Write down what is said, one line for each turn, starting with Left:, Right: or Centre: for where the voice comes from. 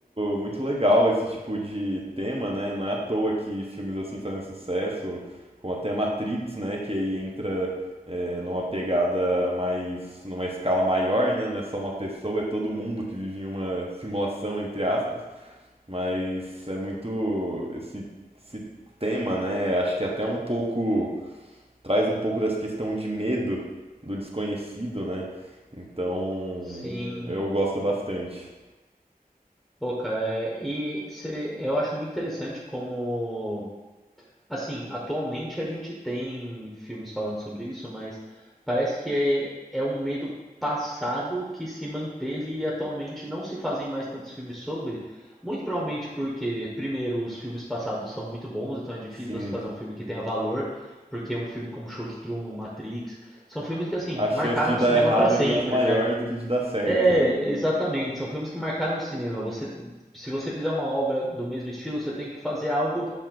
Right: muito legal esse tipo de tema, né? Não é à toa que filmes assim fazem sucesso, como até Matrix, né? Que aí entra é, numa pegada mais, numa escala maior, né? Não é só uma pessoa, é todo mundo que vive em uma simulação, entre aspas. Mas é muito esse, esse tema, né? Acho que é até um pouco traz um pouco dessa questão de medo do desconhecido, né? Então,
Centre: Sim,
Right: eu gosto bastante.
Centre: pô, cara, é, e cê- eu acho muito interessante como, assim, atualmente a gente tem filmes falando sobre isso, mas parece que é, é um medo passado que se manteve e atualmente não se fazem mais tantos filmes sobre, muito provavelmente porque, primeiro, os filmes passados são muito bons, então é difícil
Right: Sim,
Centre: você fazer um filme que tenha valor, porque um filme como Show de Truman, Matrix, são filmes que, assim,
Right: a
Centre: marcaram
Right: chance de dar
Centre: o cinema
Right: errado
Centre: pra sempre,
Right: é muito maior
Centre: né?
Right: do que de dar certo,
Centre: É,
Right: né?
Centre: exatamente. São filmes que marcaram o cinema. Você, se você fizer uma obra do mesmo estilo, você tem que fazer algo